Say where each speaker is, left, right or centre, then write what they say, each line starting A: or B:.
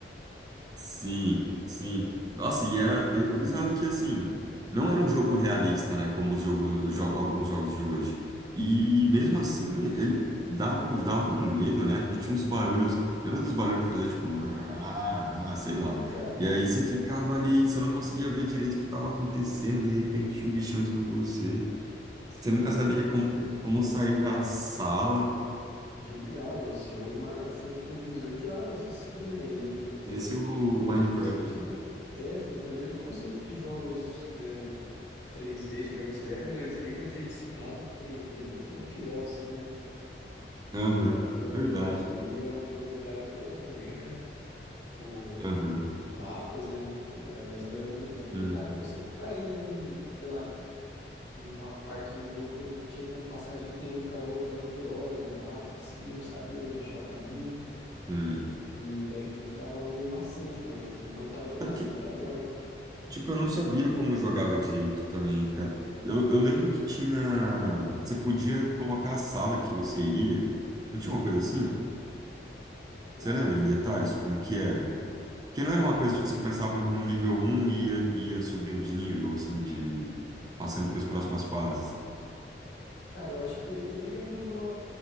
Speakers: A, on the right; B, on the left.
A: Sim, sim. Nossa, e era. e o bizarro é que, assim, não era um jogo realista, né? Como os jogos, os jo- alguns jogos de hoje. E mesmo assim, ele dava, um- dava um medo, né? Porque tinha uns barulhos. Lembra dos barulhos que fazia tipo. rá, rá,
B: Ih,
A: Sei lá.
B: cara, nossa.
A: E aí você ficava ali, você não conseguia ver direito o que estava acontecendo. De repente tinha um bichão em cima de você.
B: Sim,
A: Você nunca
B: cara,
A: sabia
B: esse
A: como,
B: jogo,
A: como
B: nossa.
A: sair da sala.
B: Genial, esse jogo mar- foi tipo um divisor de águas, assim, né? Ele foi
A: Parecia
B: um
A: o
B: dos primeiros
A: Minecraft.
B: conceitos, né?
A: né?
B: É, foi um dos primeiros conceitos de jogos, né, d- 3D, digamos. Ele era um 2D, mas ele simulava um 3D muito fiel, assim, né?
A: Aham,
B: E a jogabilidade
A: verdade.
B: dele era uma jogabilidade boa também, né? O-
A: Aham,
B: os mapas, né? É, mas eu era muito complicado,
A: sim.
B: que eu sempre caía em, sei lá, em uma parte do jogo que não tinha como passar de jeito nenhum, ficava rodando por horas o mapa, assim, não sabia onde achar o caminho.
A: sim.
B: E daí aquilo ficava meio maçante, mas enquanto tava tendo
A: Sabe
B: ação
A: que,
B: era legal. hein?
A: tipo, eu não sabia como jogava direito também, cara. Eu, eu lembro que tinha. Você podia colocar a sala que você iria. Não tinha uma coisa assim? Você
B: Ah,
A: lembra em detalhes como que era? Porque
B: você fala,
A: não era uma coisa, tipo, você começava no nível um e ia, ia subindo de nível, assim, de. Passando para as próximas fases.
B: cara, eu acho que ele era uma.